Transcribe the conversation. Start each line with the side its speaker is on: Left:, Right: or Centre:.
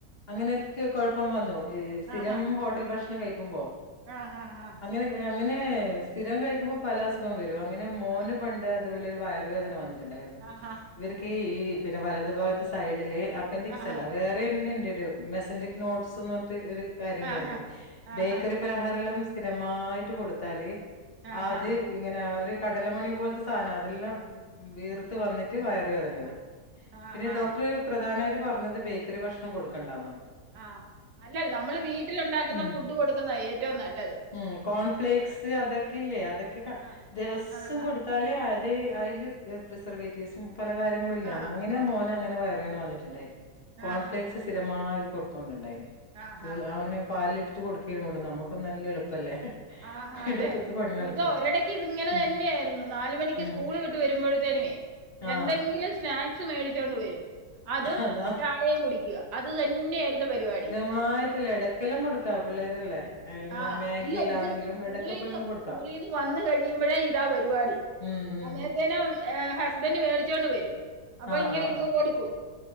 Left: അങ്ങനെക്കേ കൊഴപ്പം വന്നു ഈഹ് സ്ഥിരം
Right: ആഹ്
Left: ഹോട്ടൽ ഭക്ഷണം കഴിക്കുമ്പോ.
Right: ആഹ് ഹാ ഹാ.
Left: ങ്ങനെ അങ്ങനെ സ്ഥിരം കഴിക്കുമ്പം പല അസുഖം വരും. അങ്ങനെ മോന്
Right: ആഹ്
Left: പണ്ട് ഇതുപോലെ ഒരു വയറു വേദന വന്നിട്ടുണ്ടായിരുന്നു.
Right: ആഹാ
Left: ഇവർക്ക് ഈ ഈ വലത് ഭാഗത്ത് സൈഡില് അപ്പൻ്റ്
Right: ആഹാ
Left: സ് അല്ല വേറെന്നെണ്ടൊരു മെസൻ്റിക്നോട്‌സ് ന്ന് പറഞ്ഞിട്ട് ഒര് കാര്യങ്ങള്ണ്ട്.
Right: ആഹാ ആഹാ
Left: ബേക്കറി പലഹാര എല്ലം സ്ഥിരമായിട്ട് കൊടുത്താല്
Right: ആഹാ
Left: അത് ഇങ്ങന ഒരു കടലമണി പോലത്തെ സാന അതെല്ലം വീർത്ത് വന്നിട്ട് വയർ വേദന
Right: ആഹ്
Left: വരും
Right: ആഹാ
Left: പിന്നെ ഡോക്ടർ പ്രധാനായി ട്ട് പറ്ഞ്ഞത് ബേക്കറി ഭക്ഷണം കൊടുക്കണ്ടന്നാണ്.
Right: ആഹ് അല്ല നമ്മള് വീട്ടിലുണ്ടാക്കുന്ന
Left: ഉം
Right: ഫുഡ് കൊടുക്കുന്നാ ഏറ്റവും നല്ലത്.
Left: ഉം കോൺഫ്ലേക്സ് അതൊക്കെ ഇല്ലേ അതൊക്കെ ക
Right: ആഹ്
Left: ദിവസം
Right: ആഹാ
Left: കൊട് ത്താല് അത് അയില് പ്രി പ്രിസർവേറ്റീവ്സും പല കാര്യങ്ങളും ഇല്ലാന്നാ
Right: ആഹാ
Left: ങ്ങനെ മോന് അങ്ങനെ വയറ് വേദന വന്നിറ്റുണ്ടായി. കോൺഫ്ലേക്സ്
Right: ആഹാ
Left: സ്ഥിരമായി കൊട്ത്തോണ്ട് ഇണ്ടായിന്
Right: ആഹാ
Left: സ്കൂൾ അവന്. പാല് ഇട്ടിട്ട് കൊടുക്കേർന്നു കൊണ്ടന്ന് നമ്മക്കും നല്ല എളുപ്പല്ലേ.
Right: ആഹ് ആഹ്
Left: എളുപ്പത്ത്
Right: അതെ.
Left: പണി നടക്കല്ലോ
Right: ഇത് ഒരടക്ക്യ് ഇത് ഇങ്ങനെ
Left: ഉം
Right: തന്നെയായിര്ന്നു നാല് മണിക്ക്
Left: ഉം
Right: സ്കൂള് വിട്ട് വരുമ്പോഴത്തേനുവേ.
Left: ആഹ്
Right: എന്തെങ്കിലും സ്നാക്സ് മേടിച്ചോണ്ട് വരും. അതും
Left: അതാ
Right: ചായയും കുടിക്ക്ക അത് തന്നെ ആയിരുന്നു പരിപാടി.
Left: മായിട്ട് ഇല്ല എടക്. എടക്കെല്ലം കൊടുക്ക പിള്ളേരല്ലേ.
Right: ആഹ്
Left: മാഗിയെല്ലാന്നെങ്കിലും
Right: ഇല്ല ഇത് സ്കൂളീന്ന്
Left: ഇടക്കപ്പ കൊടുക്കാം
Right: സ്കൂളീന്ന് വന്ന് കഴിയുമ്പഴേ ഇതാ പരിപാടി.
Left: ഉം ഉം
Right: അങ്ങനത്തേനും ഏ ഹസ്ബന്റ് മേടിച്ചോണ്ട് വരും അപ്പൊ
Left: ആഹ്
Right: ഇങ്ങനെ
Left: ആഹ്
Right: ഇങ്ങ് കൊട്ക്കും.